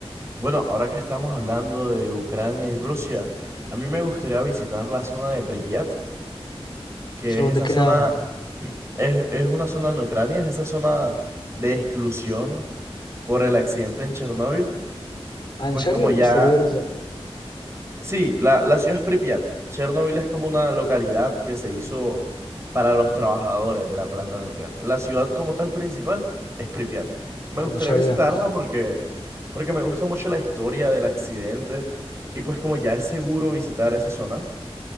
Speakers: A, on the right; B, on the left.
A: Bueno, ahora que estamos hablando de Ucrania y Rusia, a mí me gustaría visitar la zona de Pripyat, que
B: ¿Eso
A: es
B: dónde
A: esa
B: queda,
A: zona,
B: hombre?
A: <clears throat> es, es una zona en Ucrania, es esa zona de exclusión por el accidente en Chernóbil.
B: Ah, ¿en
A: Pues
B: serio
A: como
B: le
A: ya
B: gustaría ir allá?
A: Sí, la, la ciudad es Pripyat. Chernobyl es como una localidad que se hizo para los trabajadores de la planta nuclear. La ciudad como tal principal es Pripyat. Me
B: Ah,
A: gustaría
B: no sabía.
A: visitarla porque, porque me gusta mucho la historia del accidente y pues como ya es seguro visitar esa zona,